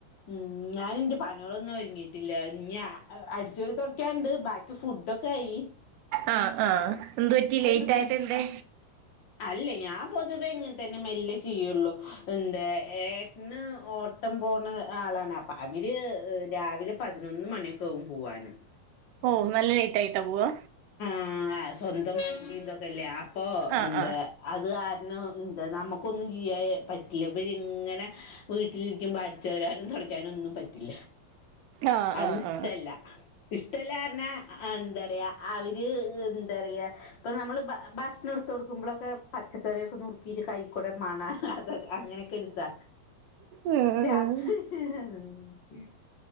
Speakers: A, on the left (about 65°); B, on the right (about 80°).
A: ഉം ഞാൻ എന്റെ പണികളൊന്നും ഒരുങ്ങിട്ടില്ല ഇഞ അടിച്ചൊര് തൊടക്യണ് ണ്ട് ബാക്കി ഫുഡൊക്കെയി
B: ആഹ് ആഹ് എന്തു പറ്റി ലേറ്റ്
A: നിക്കും
B: ആയത് എന്തെ
A: അല്ല ഞാൻ പൊതുവേ ഇങ്ങനെ തന്നെ മെല്ലെ ചെയ്യുള്ളൂ എന്താ ഏട്ടന് ഓട്ടം പോണ ആളാണ് അപ്പൊ അവര് രാവിലെ പതിനൊന്ന് മണിയൊക്കെ ആകും പോവാന്‌
B: ഓ നല്ല ലേറ്റ് ആയിട്ടാ പോവാ
A: ആഹ് സ്വന്തംന്തൊക്കെല്ലേ അപ്പൊ
B: ആ
A: എന്താ
B: ആ
A: അത് കാരണം എന്താ നമുക്കൊന്നും ചെയ്യായ പറ്റില്ല ഇവര് ഇങ്ങന അനെ വീട്ടിലിരിക്കുമ്പോ അടിച്ചു വരാനും തുടക്കാനും ഒന്നും പറ്റില്ല
B: ആ
A: അതെന്ന്
B: ആ
A: ഇഷ്ടല്ല
B: ആ
A: ഇഷ്ടല്ല പറഞ്ഞാ എന്താ പറയാ അവര് എന്താറിയാ ഇപ്പൊ നമ്മള് ഭ ഭക്ഷണം എടുത്ത് കൊടുക്കുമ്പോളെക്കെ പച്ചക്കറിയൊക്കെ നുറക്കിയിട്ട് കൈക്കൂടെ മണാ അതൊ അങ്ങനെയൊക്കെ എടുത്ത
B: ഉം,
A: <unintelligible>
B: ഉം.